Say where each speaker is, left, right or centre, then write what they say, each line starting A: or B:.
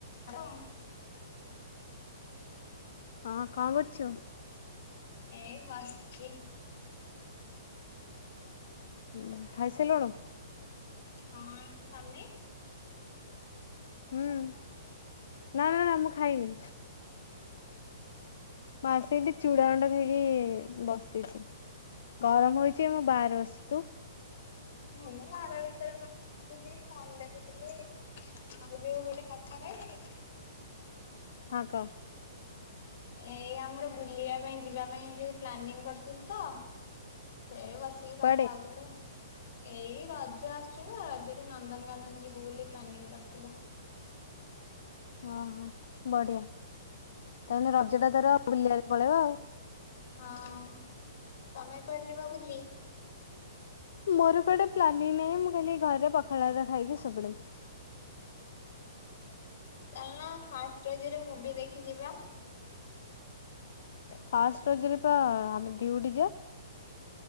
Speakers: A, on the left; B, on the left.
A: Hello.
B: ହଁ, କଣ କରୁଚୁ?
A: ଏଇ ବସଚି।
B: ହୁଁ ଖାଇ ସାଇଲୁଣୁ?
A: ହଁ ତମେ?
B: ହୁଁ ନା ନା ମୁଁ ଖାଇନି। ମୁଁ ଆସି ଏଠି ଚୂଡ଼ା ଅଣ୍ଡା ଖାଇକି ବସିଛି। ଗରମ ହଉଛି ମୁଁ ବାହାରେ ବସ୍ ତୁ
A: ମୁଁ ଘର ଭିତରେ ବସ ଥିଲି ଫୋନ ଦେଖୁଥିଲି ଆଉ ଯୋଉ ଗୋଟେ କଥା କହିବି।
B: ହଁ, କହ
A: ଏଇ ଆମର ବୁଲିବା ପାଇଁ ଯିବା ପାଇଁ ଯୋଉ ପ୍ଲାନିଂ କରୁଥୁଲୁ ତ, ସେଇ ବସ ସେଇ
B: କୁଆଡେ?
A: କଥା ହଉଥିଲୁ। ଏଇ ରଜ ଆସୁଛି ନା, ରଜରେ ନନ୍ଦନକାନନ ଯିବୁ ବୋଲି ପ୍ଲାନିଂ କରିଥିଲୁ।
B: ହଁ ହଁ ବଢିଆ ତାହେଲେ ରଜ ଟା ତାର ବୁଲିବାରେ ପଳେଇବ ଆଉ।
A: ହଁ, ତମେ କୁଆଡେ ଯିବ ବୁଲି।
B: ମୋର କୁଆଡେ ପ୍ଲାନିଂ ନାହିଁ, ମୁଁ ଖାଲି ଘରେ ପଖାଳ ଭାତ ଖାଇକି ଶୋଇ ପଡବି।
A: ଚାଲୁନ ଫାଷ୍ଟ ରଜରେ ମୁଭି ଦେଖି ଯିବା।
B: ଫାଷ୍ଟ ରଜରେ ବା ଆମେ ଡିଉଟି ଯିବା।